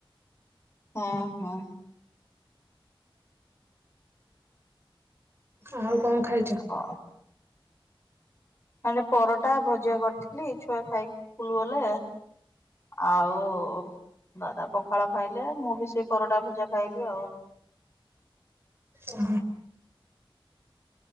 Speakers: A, on the left (about 30°); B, on the right (about 25°).
A: ହଁ ହଁ।
B: ଆଉ କଣ। ଖାଇଛ?
A: ଓ। ମାନେ ପରଟା ଭଜା କରିଥିଲି ଛୁଆ ଖାଇକି ସ୍କୁଲ ଗଲେ। ଆଉ ଦାଦା ପଖାଳ ଖାଇଲେ ମୁଁ ବି ସେଇ ପରଟା ଭଜା ଖାଇଲି ଆଉ।
B: ଓ।